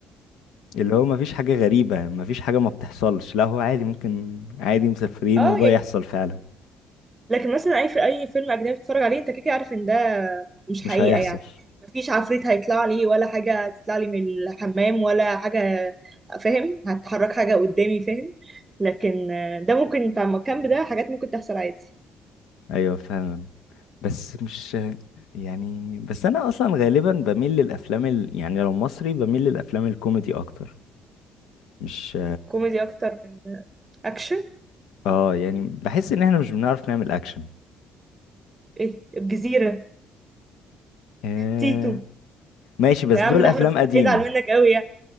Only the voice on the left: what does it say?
اللي هو مفيش حاجه غريبه مفيش حاجه ما بتحصلش لا هو عادي ممكن عادي مسافرين
وده
يحصل فعلا
مش
هيحصل
ايوه فعلا بس مش يعني بس انا اصلا غالبا بميل للافلام ال... يعني لو مصري بميل للافلام الكوميدي اكتر مش
اه يعني بحس ان احنا مش بنعرف نعمل اكشن
آه
ماشي بس
دول
افلام
قديمة